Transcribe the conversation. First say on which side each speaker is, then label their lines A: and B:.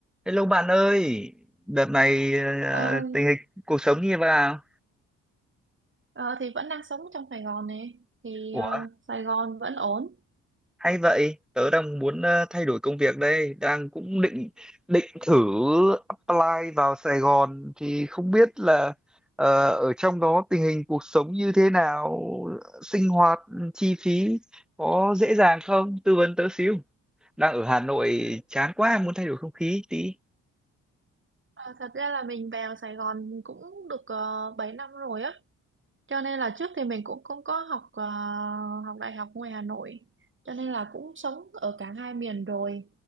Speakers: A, in the centre; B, on the right.
A: Hello bạn ơi, đợt này ờ,
B: ơi
A: tình hình cuộc sống như thế nào?
B: ờ, thì vẫn đang sống trong Sài Gòn này thì
A: Ủa,
B: ờ, Sài Gòn vẫn ổn
A: hay vậy, tớ đang muốn ờ, thay đổi công việc đây, đang cũng định định thử apply vào Sài Gòn thì không biết là ờ, ở trong đó tình hình cuộc sống như thế nào, sinh hoạt, chi phí có dễ dàng không? Tư vấn tớ xíu. Đang ở Hà Nội chán quá, muốn thay đổi không khí tí.
B: Ờ, thật ra là mình vào Sài Gòn cũng được uh, 7 năm rồi á cho nên là trước thì mình cũng không có học ờ, học đại học ngoài Hà Nội cho nên là cũng sống ở cả hai miền rồi